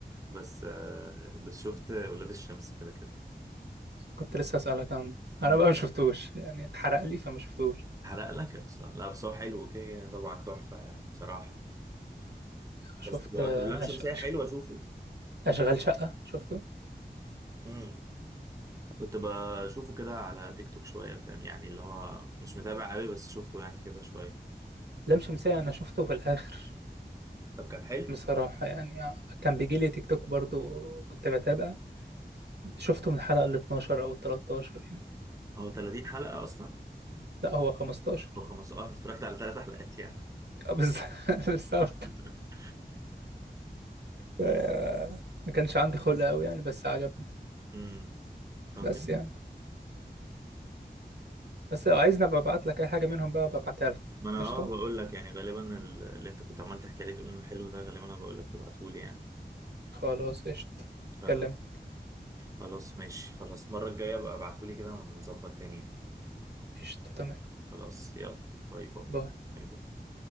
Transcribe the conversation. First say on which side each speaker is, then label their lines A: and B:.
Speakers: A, on the right; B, on the right.
A: بس آه بس شفت ولاد الشمس كده كده
B: كنت لسه أسألك عنه أنا
A: امم
B: بقى ما شفتوش يعني اتحرق لي فما شفتوش
A: حرق لك يا خسارة لا بس هو حلو كده طبعا تحفة يعني بصراحة
B: شفت
A: بس تبقى
B: أش
A: طب لام شمسية
B: أش
A: حلوة اشوفه
B: أشغال شقة شفته
A: امم كنت بشوفه كده على تيك توك شوية فاهم يعني اللي هو مش متابع قوي بس شفته يعني كده شوية
B: لم شمسية أنا شفته في الآخر
A: طب كان حلو
B: بصراحة يعني كان بيجي لي تيك توك برضو كنت بتابع شفته من الحلقة ال 12 أو ال 13 يعني
A: هو 30 حلقة أصلا
B: لا هو 15
A: هو 15 آه، اتفرجت على ثلاث حلقات يعني
B: <laughs> بالظبط
A: <laughs>
B: آه، ما كانش عندي خلق قوي يعني بس عجبني
A: امم طب
B: بس
A: جميل
B: يعني بس لو عايزني ابقى ابعت لك اي حاجه منهم بقى ابقى ابعتها لك
A: ما أنا
B: قشطه
A: أه بقول لك يعني غالبا ال- اللي أنت كنت عمال تحكي عليه تقول إنه حلو ده غالبا أنا بقول لك تبعتهولي يعني
B: خلاص قشطه
A: خلاص
B: اكلمك
A: خلاص ماشي خلاص المرة الجاية بقى ابعتولي كده ونظبط تاني يعني.
B: قشطه تمام
A: خلاص يلا باي باي
B: باي
A: باي باي